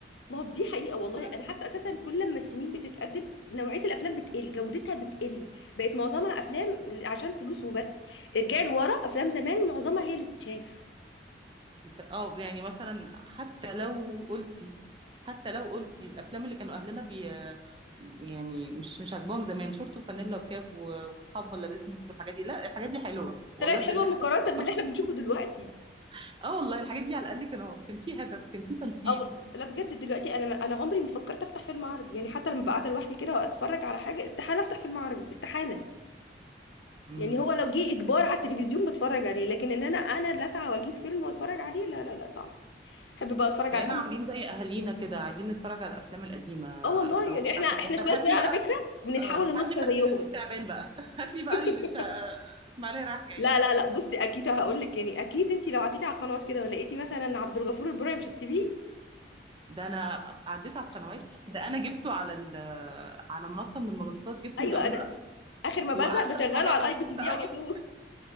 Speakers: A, on the left; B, on the right.
A: ما هو دي حقيقه والله
B: وكل الأفلام-
A: انا حاسه اساسا كل ما السنين بتتقدم نوعيه الافلام بتقل جودتها بتقل بقت معظمها افلام عشان فلوس وبس ارجعي لورا افلام زمان معظمها هي اللي تتشاف
B: بس اه يعني مثلا حتى لو قلتي حتى لو قلتي الافلام اللي كانوا اهلنا بي يعني مش مش عاجباهم زمان شورت وفانيلا وكاب و- واصحاب ولا بيزنس والحاجات دي لا الحاجات دي حلوه والله
A: طلعت
B: بجد
A: حلوه
B: الحاجات
A: مقارنه
B: دي حلوه
A: باللي احنا بنشوفه دلوقتي
B: <laughs> اه والله الحاجات دي على الاقل كانوا كان في هدف كان في تمثيل
A: او لا بجد دلوقتي انا انا عمري ما فكرت افتح فيلم عربي يعني حتى لما ببقى قاعده لوحدي كده واتفرج على حاجه استحاله افتح فيلم عربي استحاله
B: امم
A: يعني هو لو جه اجبار على التلفزيون بتفرج عليه لكن ان انا انا اللي اسعى واجيب فيلم واتفرج عليه لا لا لا صعب احب بقى اتفرج
B: بقينا
A: على اي
B: عاملين زي اهالينا كده عايزين نتفرج على الافلام القديمه
A: اه والله
B: اللي هو
A: يعني
B: طب
A: احنا
B: هات
A: احنا شويه
B: طب هات
A: شويه
B: لي
A: على
B: بقى
A: فكره بنتحول
B: اه
A: لنسخه
B: هات لي بقى
A: زيهم
B: السلم والتعبان بقى <laughs> هات لي بقى
A: <laughs>
B: الشا... اسماعيليه رايح جاي
A: لا لا لا بصي اكيد هقول لك يعني اكيد انت لو عديتي على القنوات كده ولقيتي مثلا عبد الغفور البرعي مش هتسيبيه
B: ده انا عديت على القنوات ده انا جبته على ال... على منصه من المنصات جبته
A: ايوه
B: من اوله
A: انا
B: لاخره
A: اخر ما
B: وقعدت
A: بزهق بشغله
B: اتفرج
A: على الاي
B: ومبسوطه
A: بي تي في
B: قوي
A: على طول